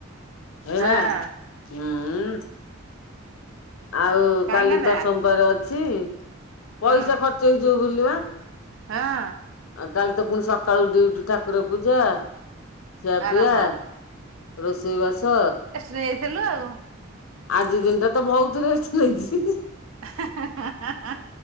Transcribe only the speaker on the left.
ହେଲା
ହୁଁ। ଆଉ
କାଲି
ତ ସୋମବାର ଅଛି
ପଇସା ଖର୍ଚ୍ଚ ହେଇଯିବ ବୁଲିବା।
ଆଉ କାଲି ତ ପୁଣି ସକାଳୁ ଡିଉଠି ଠାକୁର ପୂଜା। ଖିଆପିଆ,
ରୋଷେଇ ବାସ
ଆଜି ଦିନଟା ତ ବହୁତରେ ଅଛି।